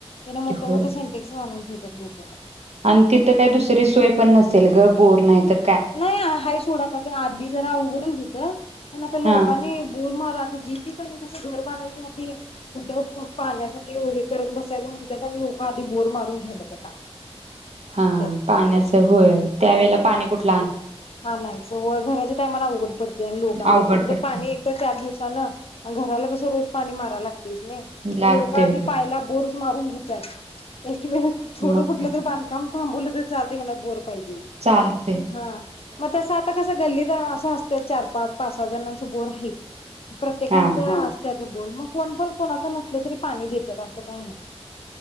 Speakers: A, on the left; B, on the right.
A: तिन मोठ
B: होय
A: मोठ सिनटेक्स आणून ठेवण्यात लोकबाहेर
B: आणि तिथं काय दुसरी सोय <unintelligible> बोर नाहीतर
A: नाही हाय सोड आता ते आधी जरा उघडत होत पण आता लोकांनी
B: हा
A: बोर मार ते आता जी ठिकाणी कस घर बांधयच्या आधी कुठ पाण्यासाठी हे करत बसायला म्हणून त्यात लोकआधी बोर मारून घ्यालात आता
B: हा
A: ते
B: पाण्याचं होय त्यावेेळेला पाणी कुठल
A: हा नाहीच होय घराच्या टायमाला उघड पडतय आणि लोकांचच
B: अवघड
A: कुठं
B: पडते
A: पाणी एक तर चार दिवसान घराला कसं रोज पाणी माराला लाग तेच नाही
B: लागते
A: लोक आधी
B: होय
A: पायाला बोरच मारून घेतात हिवाळ्यात थोडं
B: मग
A: कुठलं
B: काय
A: तर बांधकाम थांबवलतर चालतय घरात बोर पाई
B: चालतय
A: हां मग तस आता कस गल्लीत असं असतय चार पाच पाच सहा जणांस बोर हाईत प्रत्येकाचं
B: हा
A: हां असत्यात बोर मग कोण? पण? कोणाच? नसल तरी पाणी देतात असं काही नाही